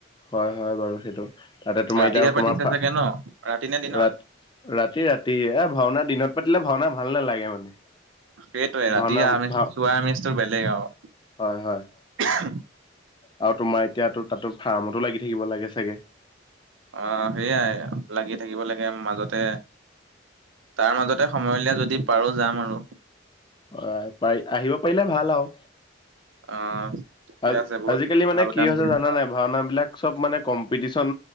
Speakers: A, on the left; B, on the right.
A: হয়, হয়, বাৰু সেইটো। তাতে, তোমাৰ
B: ৰাতিহে
A: এতিয়া তোমাৰ
B: পাতিছে চাগে ন ৰাতি নে দিনত
A: ৰাতি, ৰাতি, ৰাতি, এ, ভাওনা দিনত পাতিলে ভাওনা ভাল নালাগে মানে।
B: সেইটোৱে, ৰাতি
A: ভাওনা
B: আমি
A: ভাও
B: চোৱা আমেজটো বেলেগ আৰু।
A: হয় হয় আৰু তোমাৰ এতিয়াতো তাতো ফাৰ্মতো লাগি থাকিব লাগে চাগে।
B: অ সেইয়াই লাগি থাকিব লাগে। মাজতে তাৰ মাজতে, সময় উলিয়াই যদি পাৰোঁ যাম আৰু।
A: হয়। পাৰ আহিব পাৰিলে ভাল আৰু।
B: অ'! ঠিকে
A: আ
B: আছে বহুত
A: আজিকালি মানে,
B: ভাল
A: কি
B: কাম
A: হৈছে
B: কৰিছা
A: জানা নাই! ভাওনা বিলাক চব মানে কম্পিটিচন